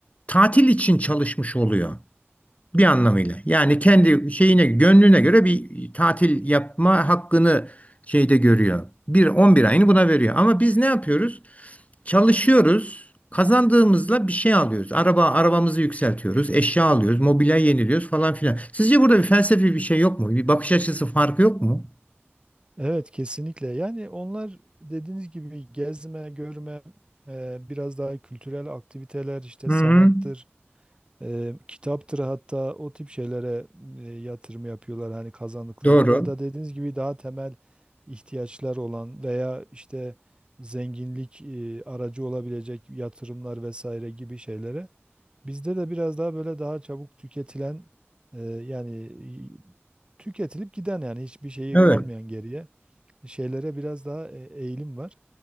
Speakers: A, on the left (about 30°); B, on the right (about 25°).
A: tatil için çalışmış oluyor. Bir anlamıyla. Yani kendi şeyine, gönlüne göre bir tatil yapma hakkını şeyde görüyor. Bir 11 ayını buna veriyor. Ama biz ne yapıyoruz? Çalışıyoruz. Kazandığımızla bir şey alıyoruz. Araba, arabamızı yükseltiyoruz. Eşya alıyoruz. Mobilya yeniliyoruz falan filan. Sizce burada bir felsefi bir şey yok mu? Bir bakış açısı farkı yok mu?
B: Evet kesinlikle. Yani onlar dediğiniz gibi gezme, görme, e, biraz daha kültürel aktiviteler işte
A: Hı
B: sanattır,
A: hı.
B: e, kitaptır hatta o tip şeylere e, yatırım yapıyorlar hani kazandıklarını
A: Doğru.
B: ya da dediğiniz gibi daha temel ihtiyaçlar olan veya işte zenginlik e, aracı olabilecek yatırımlar vesaire gibi şeylere. Bizde de biraz daha böyle daha çabuk tüketilen e, yani e, tüketilip giden yani hiçbir şeyi
A: Evet.
B: kalmayan geriye şeylere biraz daha e, eğilim var.